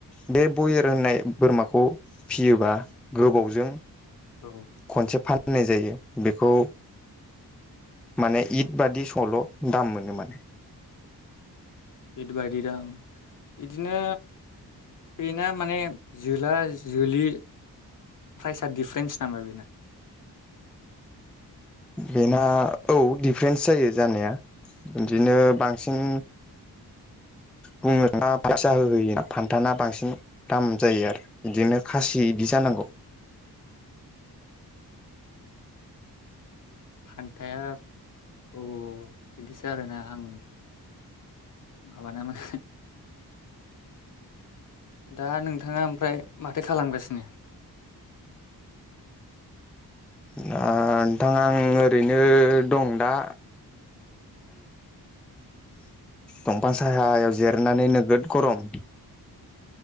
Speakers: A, in the centre; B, on the left.
A: बे बयेर होननाय बोरमाखौ फियोबा गोबावजों
B: औ
A: खनसे फाननाय जायो। बेखौ माने इद बादि समावल दाम मोनो माने।
B: बिबायायदि दं बिदिनो बेना माने जोला जोलि प्राइजआ दिडिफारेन्स नामा बेना। <unintelligible>
A: बेना औ डिफारेन्स जायो जानाया। बिदिनो बांसिन बुंनो <unintelligible> फान्थाना बांसिन दाम जायो आरो बिदिनो खासि बिदि जानांगौ।
B: <unintelligible> फान्थाया औ बिदिसो आरोना आं माबा ना माने दा नोंथाङा ओमफ्राय माथो खालामगासिनो?
A: दा नोंथां आं ओरैनो दं दा।
B: <unintelligible>
A: दंफां सायायाव जिरायनानै नोगोद गरम।